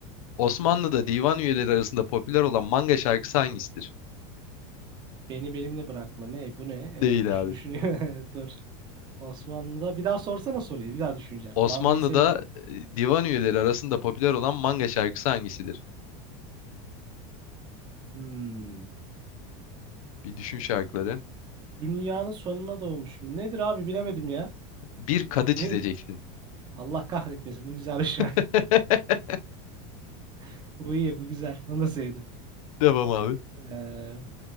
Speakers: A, on the left; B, on the right.
A: Osmanlı'da divan üyeleri arasında popüler olan manga şarkısı hangisidir?
B: Beni benimle bırakma. Ne? Bu ne? Evet,
A: Değil
B: düş
A: abi.
B: düşünüyor. <laughs> Dur. Osmanlı'da. Bir daha sorsana soruyu. Bir daha düşüneceğim.
A: Osmanlı'da
B: Mangayı severim.
A: e, divan üyeleri arasında popüler olan manga şarkısı hangisidir?
B: Hmm.
A: Bir düşün şarkıları.
B: Dünyanın sonuna doğmuşum. Nedir abi bilemedim ya.
A: Bir kadı
B: Ne?
A: çizeceksin.
B: Allah kahretmesin. Bu güzel bir şey.
A: <laughs>
B: <laughs> Bu iyi. Bu güzel. Bunu da sevdim.
A: Devam abi.
B: Ee,